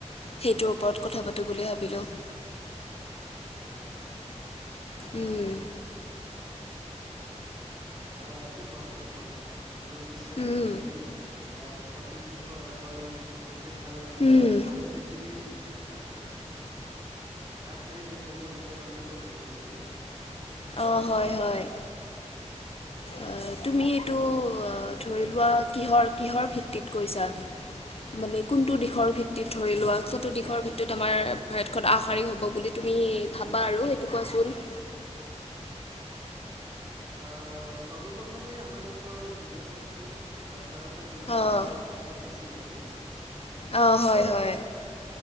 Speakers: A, on the left (about 55°); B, on the right (about 30°).
A: সেইটোৰ ওপৰত কথা পাতোঁ বুলি ভাবিলোঁ।
B: আচ্ছা, আচ্ছা।
A: উম।
B: আহ খুব ভাল, খুব ভাল। মোৰো বিশ্বাস
A: উম
B: যদি আমি- আহ সঠিক দিশত আগবাঢ়ো তেন্তে ভাৰ আ
A: উম
B: মানে ভাৰত পৃথিৱীৰ আ আহা, আগশাৰীৰ দেশসমূহৰ ভিতৰত অন্যতম হ'ব হয়নে?
A: অ হয় হয়। আ তুমি এইটো আ ধৰি লোৱা কিহৰ কিহৰ ভিত্তিত কৈছা? মানে কোনটো দিশৰ ভিত্তিত ধৰি লোৱা কোনটো দিশৰ ভিত্তিত আমাৰ ভাৰতখন আগশাৰী হ'ব বুলি তুমি ভাবা আৰু সেইটো কোৱাচোন?
B: আহ সৰ্বপ্ৰথমে আমাৰ দেশৰ যুৱ শক্তি অ ভাৰতত যুৱ
A: অঁ
B: প্ৰজন্মৰ সংখ্যা বেছি হয়নে?
A: অ হয় হয়।